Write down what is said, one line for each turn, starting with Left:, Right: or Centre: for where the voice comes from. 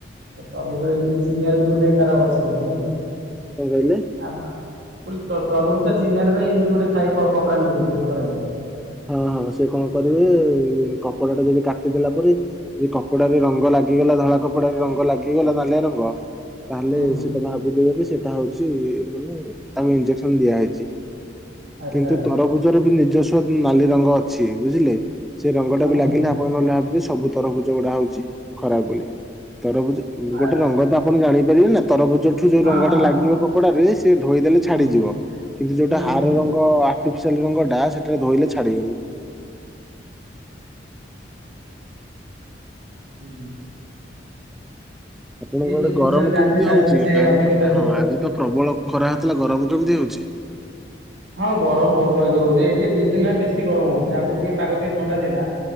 Right: ତ ତରୁବୁଜ ଏମତି ଚିନିବାରେ ବି ଗୋଟେ ତାର ଅଛି ଗୋଟେ ନାଇଁ।
Centre: କଣ କହିଲେ
Right: ଆବ ମୁଁ କ ତ ତରୁଭୂଜ ଚିହ୍ନିବାର ପାଇଁ, ଏମିତି ଗୋଟେ ଥାଏ କ କପଡା ନେଇେକି ଗୋଟେ କରିବା ପାଇଁ।
Centre: ହଁ ସେ କଣ କରିବେ କପଡା ଟା ଯଦି କାଟିଦେଲା ପରେ, ଯଦି କପଡା ରଙ୍ଗ ଲାଗିଗଲା ଧଳା କପଡାରେ ରଙ୍ଗ ଲାଗିଗଲା ନାଲିଆ ରଙ୍ଗ। ତାହେଲେ
Right: ହୁଁ
Centre: ସେଇଟା ଭାବିଦେବେ କି ସେଇଟା ହଉଚି ମାନେ ତାଙ୍କୁ ଇଞ୍ଜେକସନ ଦିଆହେଇଚି।
Right: ଆଚ୍ଛା
Centre: କିନ୍ତୁ
Right: ଆଚ୍ଛା
Centre: ତରଭୁଜର ବି ନିଜସ୍ୱ ବି ନାଲି ରଙ୍ଗ ଅଛି ବୁଝିଲେ। ସେ ରଙ୍ଗ
Right: ହୁଁ
Centre: ଟା ବି
Right: ହୁଁ
Centre: ଲାଗିଲେ, ଆପଣ ମାନେ ଭାବିବେ ସବୁ ତରଭୁଜ ଗୁଡା ହଉଚି ଖରାପ ବୋଲି। ତରଭୁଜ ଗୋଟେ
Right: ଆଚ୍ଛା
Centre: ରଙ୍ଗ
Right: ଆଚ୍ଛା
Centre: ତ ଆପଣ ଜାଣିପାରିବେ ନା। ତରଭୁଜ ଠୁ ଯୋଉ
Right: ହଁ
Centre: ରଙ୍ଗଟା
Right: ହଁ
Centre: ଲାଗିବ କପଡାରେ, ସେ ଧୋଇଦେଲେ ଛାଡିଯିବ।
Right: ହୁଁ
Centre: କିନ୍ତୁ ଯୋଉଟା
Right: ହୁଁ ହୁଁ
Centre: ଆର ରଙ୍ଗ ଆ ର୍ଟିଫିସିଆଲ ରଙ୍ଗଟା ସେଠାରେ ଧୋଇଲେ ଛାଡିବନି।
Right: ହୁଁ।
Centre: ଆପଣଙ୍କର
Right: ଯିଏ ଯୋଉ ଜିନିଷଟା
Centre: ଗରମ
Right: ଜାଣିଛି
Centre: କେମିତି
Right: ତା
Centre: ହଉଚି।
Right: ବିଷୟରେ ସେ
Centre: ଆଜି
Right: ଅଭିଜ୍ଞତା
Centre: ତ
Right: ଥିବ।
Centre: ହଁ ଆଜି ତ ପ୍ରବଳ ଖରା ହୋଉଥିଲା ଗରମ କେମିତି ହଉଚି?
Right: ହଁ ଗରମ ବହୁତ ଆଜି ହଉଚି, ଏବେ ଦୁଇ ଦିନ ହେଲା ବେଶୀ ଗରମ ହଉଚି। ଆଗରୁ ଟିକେ ପାଗ ଟିକେ ଥଣ୍ଡା ଥିଲା।